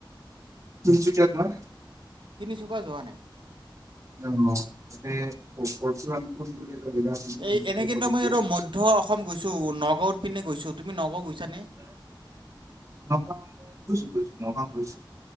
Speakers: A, on the right; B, on the right.
A: তিনিচুকীয়াত মানে?
B: তিনিচুকা যোৱা নাই।
A: <inaudible> নহয়
B: এই
A: তিনচুকীয়া
B: এনে কিন্তু
A: অলপ
B: মই
A: দূৰত
B: আৰু মধ্য অসম গৈছোঁ, নগাঁৱৰ পিনে গৈছোঁ। তুমি নগাঁও গৈছানে?
A: নগাঁও গৈছোঁ, গৈছোঁ নগাঁও গৈছোঁ।